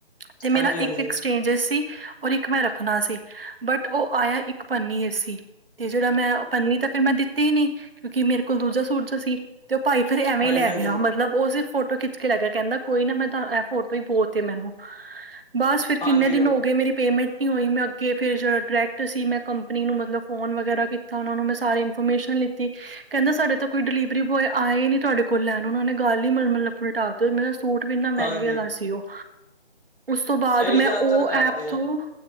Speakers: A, on the right; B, on the left.
A: ਤੇ ਮੇਰਾ
B: ਹਾਂਜੀ ਹਾਂਜੀ
A: ਇੱਕ, ਇਕ ਚੇਂਜਿਸ ਸੀ ਔਰ ਇੱਕ ਮੈਂ ਰੱਖਣਾ ਸੀ ਬਟ ਉਹ ਆਇਆ ਇੱਕ ਪੰਨੀਏ ਸੀ ਤੇ ਜਿਹੜਾ ਮੈਂ ਉਹ ਪੰਨ੍ਹੀ ਤਾ ਫਿਰ ਮੈਂ ਦਿੱਤੀ ਈ ਨਹੀਂ ਕਿਉਂਕਿ ਮੇਰੇ ਕੋਲ ਦੂਜਾ ਸੂਟ ਜੋ ਸੀ ਤੇ ਉਹ ਭਾਈ ਫਿਰ ਐਵੇਂ
B: ਹਾਂਜੀ
A: ਲੈ
B: ਹਾਂਜੀ
A: ਗਿਆ ਮਤਲਬ ਉਸ ਫੋਟੋ ਖਿ ਕੇ ਲਹਿ ਗਿਆ ਕਹਿੰਦਾ ਕੋਈ ਨਾ ਮੈਂ ਤਾ ਇਹ ਫੋਟੋ ਹੀ ਪੋ ਤੇ ਮੈਨੂੰ ਬਸ ਫਿਰ ਕਿੰਨੇ
B: ਹਾਂਜੀ
A: ਦਿਨ
B: ਉਹ
A: ਔ ਗਏ ਮੇਰੀ ਪੇਮੈਂਟ ਕੀ ਹੋਈ ਮੈਂ ਅੱਗੇ ਫੇਰ ਜਿਹੜਾ ਡਾਇਰੈਕਟ ਸੀ ਮੈਂ ਕੰਪਨੀ ਨੂੰ ਮਤਲਬ ਫੋਨ ਵਗੈਰਾ ਕੀਤਾ ਉਹਨਾਂ ਨੂੰ ਮੈਂ ਸਾਰੇ ਫਰਮੇਸ਼ਨ ਲਿਤੀ ਕਹਿੰਦਾ ਸਾਡੇ ਤਾਂ ਕੋਈ ਡਿਲੀਵਰੀ ਬਏ ਆਏ ਨੀ ਤੁਹਾਡੇ ਕੋਲ ਲੈਣ ਉਹਨਾਂ ਨੇ ਗੱਲ ਹੀ ਮਲ ਮਲੱਪਲਟਾ ਤੇ ਮੇਰਾ ਸੂਟ ਵੀ ਇੰਨੇ ਮਹਿੰਗੇ
B: ਹਾਂਜੀ
A: ਆਲਾ ਸੀ ਉਹ ਉਸ ਤੋਂ ਬਾਅਦ
B: ਇਹੀ
A: ਮੈਂ
B: ਜ਼ਿਆਦਾਤਰ
A: ਉਹ
B: ਕਰਦੇ
A: ਐਪ ਤੋਂ।
B: ਆ।